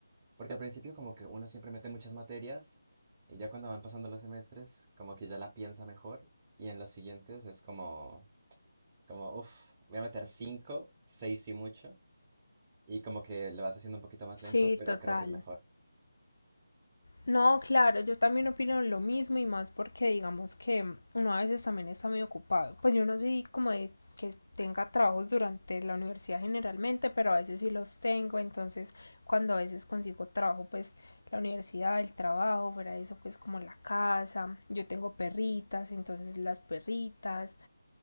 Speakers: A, on the right; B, on the left.
A: porque al principio como que uno siempre mete muchas materias y ya cuando van pasando los semestres como que ya la piensa mejor y en los siguientes es como, como, uff, voy a meter cinco, seis y mucho y como que lo vas haciendo un poquito más
B: Sí,
A: lento, pero
B: sé. total.
A: creo que es mejor.
B: No, claro, yo también opino lo mismo y más porque digamos que uno a veces también está muy ocupado. Pues yo no soy como de que tenga trabajos durante la universidad generalmente, pero a veces sí los tengo, entonces cuando a veces consigo trabajo, pues la universidad, el trabajo, fuera de eso, pues como la casa, yo tengo perritas, entonces las perritas,